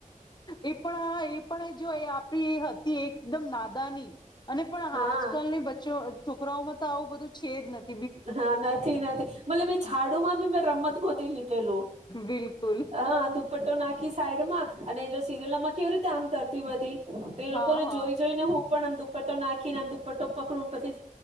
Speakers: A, on the left (about 30°); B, on the right (about 55°).
A: એ પણ એ પણ જો. પી હતી એકદમ નાદાની અને પણ
B: હા
A: આજકાલની બચ્ચો છોકરાઓમાં તો આવું બધું છે જ નથ.
B: હા, નથી, નથી મતલબ એ ઝાડુ માં બી મેં રમત ગોતી લીધેલું
A: બિલકુલ
B: હા દુપટ્ટો નાખી સાઈડ માં અને સિરિલમાં કેવી રીતે આમ કરતી બધી. તો એ લોકો
A: હા
B: ને
A: હા
B: જોઈ જોઈ ને હું પણ આમ દુપટ્ટો નાખીને આમ દુપટ્ટો પકડું પછી